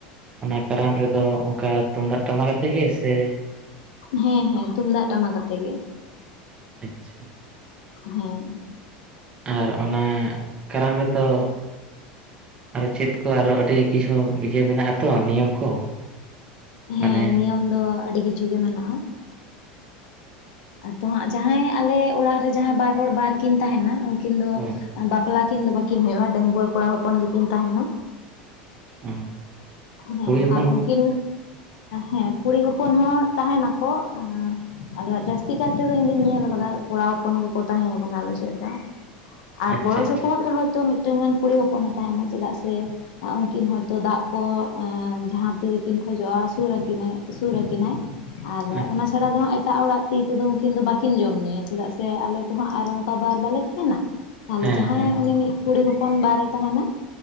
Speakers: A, on the right; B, on the left.
A: ᱚᱱᱟ ᱠᱟᱨᱟᱢ ᱨᱮᱫᱚ ᱚᱱᱠᱟ ᱛᱩᱢᱫᱟᱜ ᱴᱟᱢᱟᱠ ᱟᱛᱮᱛᱜ ᱜᱮ ᱥᱮ
B: ᱦᱮᱸ ᱦᱮᱸ ᱛᱩᱢᱫᱟᱜ ᱴᱟᱢᱟᱠ ᱟᱛᱮᱜ ᱜᱮ
A: ᱟᱪᱪᱷᱟ᱾
B: ᱦᱮᱸ᱾
A: ᱟᱨ ᱚᱱᱟ ᱠᱟᱨᱟᱢ ᱨᱮᱛᱚ ᱟᱨᱚ ᱪᱮᱫ ᱠᱚ ᱟᱨᱚ ᱟᱹᱰᱤ ᱠᱤᱪᱷᱩ ᱤᱭᱟᱹ ᱢᱮᱱᱟᱜ ᱟᱛᱚ ᱱᱤᱭᱚᱢ ᱠᱚ
B: ᱦᱮᱸ
A: ᱢᱟᱱᱮ
B: ᱱᱤᱭᱚᱢ ᱫᱚ ᱟᱹᱰᱤ ᱠᱤᱪᱷᱩ ᱜᱮ ᱢᱮᱱᱟᱜᱼᱟ᱾ ᱟᱫᱚ ᱦᱟᱸᱜ ᱡᱟᱦᱟᱸᱭ ᱟᱞᱮ ᱚᱲᱟᱜ ᱨᱮ ᱡᱟᱦᱟᱸᱭ ᱵᱟᱨ ᱦᱚᱲ ᱵᱟᱨ ᱠᱤᱱ ᱛᱟᱦᱮᱸᱱᱟ ᱩᱱᱠᱤᱱ ᱫᱚ
A: ᱦᱳᱭ
B: ᱵᱟᱯᱞᱟ ᱠᱤᱱ ᱫᱚ ᱵᱟᱹᱠᱤᱱ ᱦᱩᱭᱩᱜᱼᱟ ᱰᱟᱺᱜᱩᱣᱟᱹ ᱠᱚᱲᱟ ᱦᱚᱯᱚᱱ ᱜᱮᱠᱤᱱ ᱛᱟᱦᱮᱸᱱᱟ᱾
A: ᱦᱚᱸ
B: ᱦᱮᱸ
A: ᱠᱩᱲᱤ ᱦᱚᱯᱚᱱ
B: ᱟᱨ ᱩᱱᱠᱤᱱ ᱦᱮᱸ ᱠᱩᱲᱤ ᱦᱚᱯᱚᱱ ᱦᱚᱸ ᱛᱟᱦᱮᱸᱱᱟᱠᱚ ᱟᱫᱚ ᱦᱟᱸᱜ ᱡᱟᱹᱥ ᱛᱤ ᱠᱟᱭ ᱛᱮᱫᱚ ᱤᱧ ᱫᱩᱧ ᱧᱮᱞ ᱟᱠᱟᱫᱟ ᱠᱚᱲᱟ ᱦᱚᱯᱚᱱ ᱜᱮᱠᱚ ᱛᱟᱦᱮᱸ ᱠᱟᱱᱟ ᱟᱞ ᱥᱮᱫ ᱫᱚ, ᱟᱨ
A: ᱟᱪᱪᱷᱟ
B: ᱜᱚᱲᱚ
A: ᱟᱪᱪᱷᱟ
B: ᱥᱚᱯᱚᱦᱚᱫ ᱨᱮᱦᱚ ᱛᱚ ᱢᱤᱫᱴᱟᱝ ᱜᱟᱱ ᱠᱩᱲᱤ ᱦᱚᱯᱚᱱᱮ ᱛᱟᱦᱮᱸᱱᱟ ᱪᱮᱫᱟᱜ ᱥᱮ ᱩᱱᱠᱤᱱ ᱦᱚᱭᱛᱚ ᱫᱟᱜ ᱠᱚ ᱡᱟᱦᱟᱸ ᱛᱤᱨᱮᱠᱤᱱ ᱠᱷᱚᱡᱚᱜᱼᱟ ᱥᱩᱨ ᱟ. ᱠᱤᱱᱟᱭ ᱥᱩᱨ ᱟᱹᱠᱤᱱᱟᱭ ᱟᱨ
A: ᱟᱪᱪᱷᱟ
B: ᱚᱱᱟ ᱪᱷᱟᱲᱟ ᱫᱚ ᱦᱟᱸᱜ ᱮᱴᱟᱜ ᱦᱚᱲᱟᱜ ᱛᱤ ᱛᱮᱫᱚ ᱩᱱᱠᱤᱱ ᱫᱚ ᱵᱟᱠᱤᱱ ᱡᱚᱢ ᱧᱩᱭᱟ ᱪᱮᱫᱟᱜ ᱥᱮ ᱟᱞᱮ ᱛᱚ ᱦᱟᱸᱜ ᱟᱨ ᱚᱱᱠᱟ ᱵᱟᱨ ᱵᱟᱞᱮ ᱛᱟᱦᱮᱸᱱᱟ, ᱛᱟᱦᱚᱞᱮ
A: ᱦᱮᱸ
B: ᱡᱟᱦᱟᱸᱭ
A: ᱦᱮᱸ
B: ᱩᱱᱤ ᱢᱤᱫ ᱠᱩᱲᱤ ᱦᱚᱯᱚᱱ ᱵᱟᱨᱮ ᱛᱟᱦᱮᱱᱟ